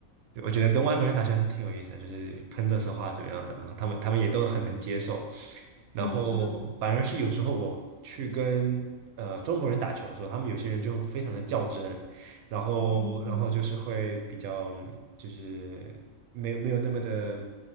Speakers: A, on the right; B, on the left.
A: 我觉得跟外国人打球还挺有意思的，就是喷的是话怎么样的，然后他们他们也都很能接受，然后
B: 是的，是的，
A: 反而是有时候我去跟呃中国人打球的时候，他们有些人就非常的较真，然后然后就是会比较就是没有没有那么的
B: 哦，